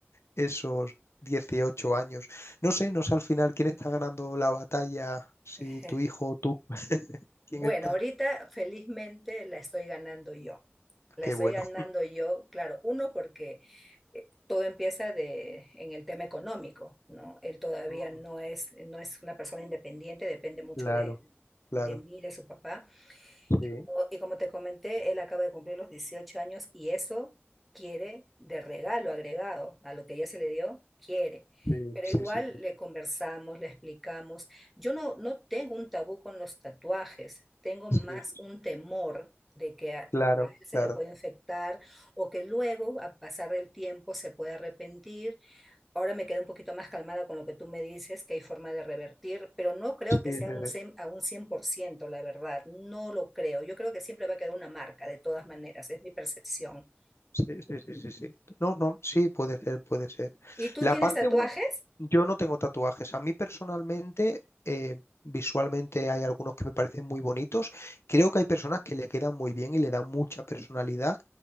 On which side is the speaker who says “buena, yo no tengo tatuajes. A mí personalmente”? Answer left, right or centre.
Left